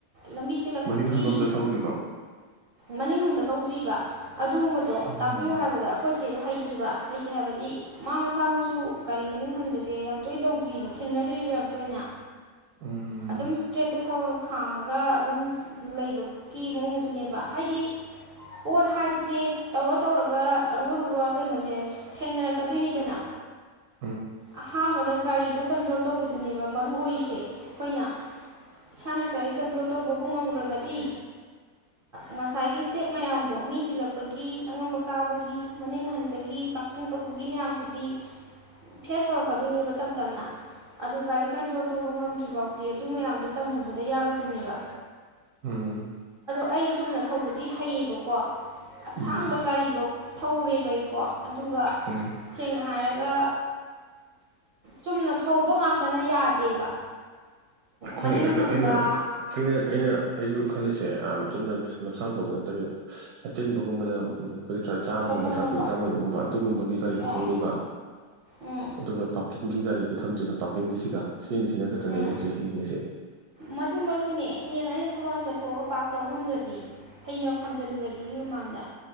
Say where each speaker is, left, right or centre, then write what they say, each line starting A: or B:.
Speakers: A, on the right; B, on the right.
A: ꯂꯝꯕꯤ ꯆꯦꯜꯂꯛꯄꯒꯤ
B: ꯃꯅꯤꯡ ꯍꯟꯕ ꯑꯝꯇ ꯊꯧꯗ꯭ꯔꯤꯕꯣ
A: ꯃꯅꯤꯡ ꯍꯟꯕ ꯊꯧꯗ꯭ꯔꯤꯕ ꯑꯗꯨꯒꯨꯝꯕꯗꯣ
B: ꯎꯝ
A: ꯇꯥꯛꯄꯤꯌꯨ ꯍꯥꯏꯕꯗ ꯑꯩꯈꯣꯏ ꯑꯈꯣꯢ ꯆꯦꯗꯣ ꯍꯩꯇꯦꯕ ꯍꯩꯇꯦ ꯍꯥꯏꯕꯗꯤ ꯃꯥ ꯃꯁꯥꯃꯛꯁꯨ ꯒꯥꯔꯤ ꯃꯅꯤꯡ ꯍꯟꯕꯁꯦ ꯌꯥꯝ ꯇꯣꯏ ꯇꯧꯗ꯭ꯔꯤꯕ ꯊꯦꯡꯅ ꯗ꯭ꯔꯤꯕ ꯌꯥꯝ ꯇꯣꯏꯅ
B: ꯎꯝ
A: ꯑꯗꯨꯝ ꯏꯁꯇ꯭ꯔꯦꯠꯇ ꯊꯧꯔꯒ ꯈꯥꯝꯃꯒ ꯑꯗꯨꯝ ꯂꯩꯕꯒꯤ ꯃꯑꯣꯡꯗꯨꯅꯦꯕ ꯍꯥꯏꯗꯤ ꯄꯣꯠ ꯍꯥꯏꯕꯁꯤ ꯇꯧꯔ ꯇꯧꯔꯒ ꯑꯔꯨ ꯑꯔꯨꯕ ꯀꯩꯅꯣꯁꯦ ꯊꯦꯡꯅꯔꯛꯀꯗꯨꯏꯅꯤꯗꯅ
B: <inaudible>
A: ꯑꯍꯥꯟꯕꯗ ꯒꯥꯔꯤꯗꯣ ꯀꯟꯇ꯭ꯔꯣꯜ ꯇꯧꯕꯗꯨꯅꯦꯕ ꯃꯔꯨ ꯑꯣꯏꯔꯤꯁꯦ ꯑꯩꯈꯣꯏꯅ ꯏꯁꯥꯅ ꯒꯥꯔꯤ ꯀꯟꯇ꯭ꯔꯣꯜ ꯇꯧꯕꯕꯨ ꯉꯝꯒ꯭ꯔꯒꯗꯤ ꯉꯁꯥꯏꯒꯤ ꯁ꯭ꯇꯦꯞ ꯃꯌꯥꯝꯗꯣ ꯃꯤ ꯆꯤꯜꯂꯛꯄꯒꯤ ꯑꯉꯝꯕ ꯀꯥꯕꯒꯤ ꯃꯅꯤꯡ ꯍꯟꯕꯒꯤ ꯄꯥꯛꯀꯤꯡ ꯇꯧꯕꯒꯤ ꯃꯌꯥꯝꯁꯤꯗꯤ ꯐꯦꯁ ꯇꯧꯔꯛꯀꯗꯨꯏꯅꯦꯕ ꯇꯞ ꯇꯞꯅ ꯑꯗꯨ ꯒꯥꯔꯤ ꯀꯟꯇ꯭ꯔꯣꯜ ꯇꯧꯕ ꯉꯝꯗ꯭ꯔꯤ ꯐꯥꯎꯗꯤ ꯑꯗꯨ ꯃꯌꯥꯝꯗꯣ ꯇꯝꯃꯨꯕꯗ ꯌꯥꯔꯣꯏꯗꯨꯏꯅꯦꯕ
B: ꯎꯝ
A: ꯑꯩ ꯆꯨꯝꯅ ꯊꯧꯕꯗꯤ ꯍꯩꯌꯦꯕꯀꯣ ꯑꯁꯥꯡꯕ
B: ꯎꯝ
A: ꯒꯥꯔꯤꯕꯧ ꯊꯧꯔꯦꯕ ꯑꯩꯀꯣ ꯑꯗꯨꯒ
B: ꯎꯝ
A: ꯁꯦꯡꯅ ꯍꯥꯏꯔ ꯒ ꯆꯨꯝꯅ ꯊꯧꯕ ꯉꯥꯛꯇꯅ ꯌꯥꯗꯦꯕ
B: ꯍꯣꯏ
A: ꯃꯅꯤꯡ
B: ꯑꯗ
A: ꯍꯟꯕ
B: ꯑꯩꯅ ꯑꯩꯅ ꯑꯩꯅ ꯑꯩꯁꯨ ꯈꯜꯂꯤꯁꯦ ꯌꯥꯝ ꯆꯨꯝꯅ ꯂꯝꯁꯥꯡ ꯊꯧꯕ ꯅꯠꯇꯕꯤꯗ ꯑꯆꯤꯟꯕꯒꯨꯝꯕꯗ ꯈꯣꯏꯒꯤ ꯇ꯭ꯔ ꯖꯥꯝꯒꯨꯝꯕ
A: ꯍꯣ ꯍꯣ
B: ꯇ꯭ꯔꯥꯐꯤꯛ
A: ꯍꯣ ꯍꯣꯏ
B: ꯖꯥꯝ ꯑꯣꯏꯕꯒꯨꯝꯕ ꯑꯗꯨꯒꯨꯝꯕꯒꯤ ꯒꯥꯔꯤ ꯈꯨꯊꯧꯗꯨꯒ
A: ꯑꯣ ꯎꯝ
B: ꯑꯗꯨꯒ ꯄꯥ꯭ꯔꯛꯀꯤꯡ ꯒꯤ ꯒꯥꯔꯤ ꯈꯨꯊꯝꯁꯤꯒ ꯄꯥ꯭ꯔꯛꯀꯤꯡꯒꯤꯁꯤꯒ ꯁꯤꯅꯤ ꯁꯤ ꯈꯛꯇꯅꯦ
A: ꯎꯝ
B: ꯑꯩꯅ ꯍꯧꯖꯤꯛ ꯍꯩꯅꯤꯡꯉꯤꯁꯦ
A: ꯃꯗꯨ ꯃꯔꯨꯅꯦ ꯍꯌꯦꯡ ꯑꯩꯅ ꯊꯕꯛ ꯑꯃ ꯆꯠꯊꯣꯛꯑꯒ ꯄꯥ꯭ꯔꯛ ꯇꯧ ꯉꯝꯗ꯭ꯔꯗꯤ ꯐꯩꯅ ꯈꯥꯝꯖꯤꯜꯂꯨꯔꯗꯤ ꯃꯤ ꯃꯃꯥꯡꯗ